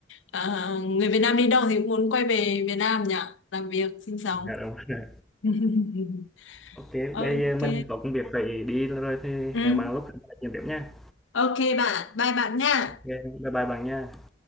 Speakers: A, on the left; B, in the centre.
A: ờ, người Việt Nam đi đâu thì cũng muốn quay về Việt Nam nhỉ làm việc sinh sống
B: Dạ đúng rồi.
A: <laughs>
B: OK,
A: ok
B: bây giờ mình có công việc phải đi rồi thì
A: ừ,
B: hẹn bạn lúc khác nói chuyện tiếp nha.
A: ok bạn bye bạn nha
B: OK, bye bye bạn nha.